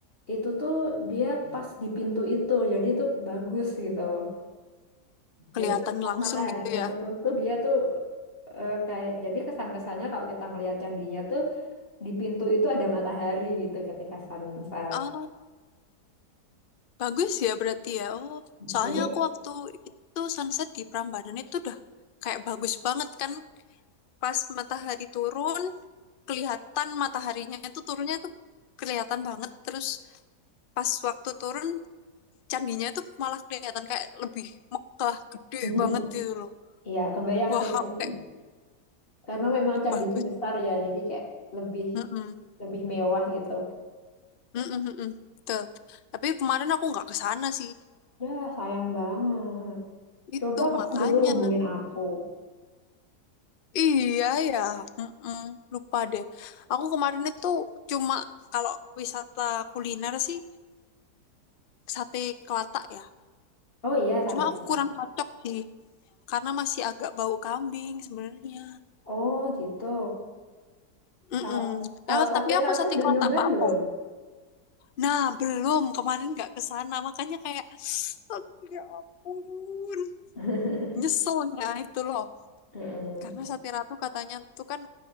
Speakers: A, on the left (about 35°); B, on the left (about 80°).
A: itu tuh dia pas di pintu itu. Jadi itu bagus gitu.
B: kelihatan
A: Jadi pas
B: langsung
A: mataharinya
B: gitu ya.
A: turun tuh dia tuh eh, kayak jadi kesan-kesannya kalau kita ngelihat candinya tuh di pintu itu ada matahari gitu ketika sunset.
B: Oh, bagus ya berarti ya. Oh, soalnya
A: Jadi
B: aku waktu itu sunset di Prambanan itu udah kayak bagus banget kan. Pas matahari turun, kelihatan mataharinya itu turunnya itu kelihatan banget. Terus pas waktu turun, candinya itu malah kelihatan kayak lebih megah, gede
A: <laughs>
B: banget gitu loh.
A: ya kebayang
B: Wah,
A: sih karena,
B: aku kayak
A: karena memang candinya
B: bagus.
A: besar ya, jadi kayak lebih
B: Mm-mm.
A: lebih mewah gitu.
B: Mm-mm, mm-mm. Betul. Tapi kemarin aku nggak ke sana sih.
A: Dah sayang banget. Coba
B: Itu
A: kamu
B: makanya.
A: dulu hubungin aku.
B: Iya ya. Mm-mm. Lupa deh. Aku kemarin itu cuma kalau wisata kuliner sih sate Kelatak ya.
A: Oh iya sate
B: Cuma
A: kata.
B: aku kurang cocok sih karena masih agak bau kambing sebenarnya.
A: Oh gitu.
B: Mm-mm.
A: Kalau kalau
B: Ya,
A: sate
B: tapi aku
A: ratu
B: sate
A: udah
B: Kelatak
A: nyobain
B: Pak
A: belum?
B: Pon. Nah, belum. Kemarin nggak ke sana. Makanya kayak, <sniffs> <sighs> aduh, ya ampun.
A: <laughs>
B: Nyeselnya itu loh.
A: Mm-mm.
B: Karena Satira tuh katanya tuh kan